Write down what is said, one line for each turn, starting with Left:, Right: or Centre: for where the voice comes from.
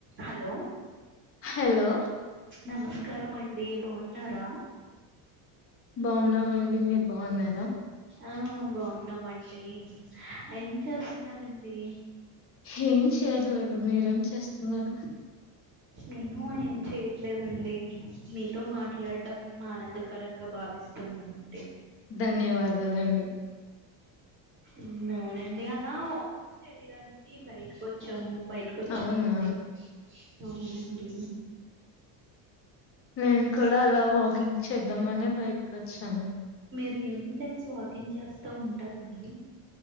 Right: Hello
Left: hello
Right: నమస్కారం అండి బాగు న్నారా
Left: బాగున్నామండి మీరు బాగున్నారా
Right: ఆ బాన్నమ్ ఆన్ డి ఏం చేస్తున్నారండి
Left: ఏం చేయర్లేదు మీరేం చేస్తున్నారు
Right: నేను ఏం చేయట్లేదండి మీతో మాట్లాడడం ఆనందకరంగా భావిస్తున్నానండి
Left: ధన్యవాదాలండి
Right: అవునవునండి అలా వాక్ చేయడానికి బయటకు వచ్చాం బయటక వచ్చానండి
Left: అవునా
Right: అవునండి
Left: నేను కూడా అలా వాకింగ్ చేద్దామనే బయటకి వచ్చాను
Right: ఈవనింగ్ టైమ్స్ వాకింగ్ చేస్తా ఉంటారండి